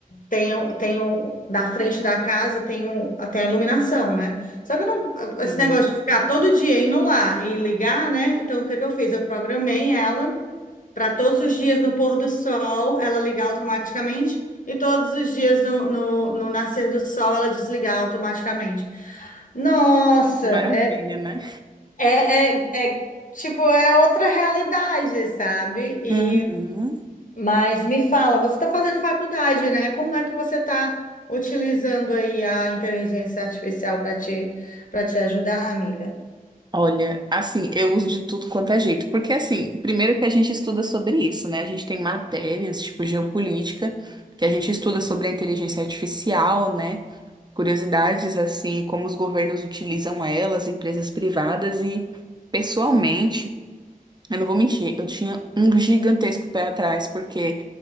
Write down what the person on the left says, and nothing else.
tenho, tenho, na frente da casa tenho até a iluminação, né? Só que eu não,
esse negócio de ficar todo dia indo lá e ligar, né? Então, o que que eu fiz? Eu programei ela para todos os dias no pôr do sol ela ligar automaticamente e todos os dias no, no, no nascer do sol ela desligar automaticamente. Nossa,
é,
é, é, é, tipo, é outra realidade, sabe? E,
mas me fala, você está fazendo faculdade, né? Como é que você está utilizando aí a inteligência artificial para te, para te ajudar, amiga?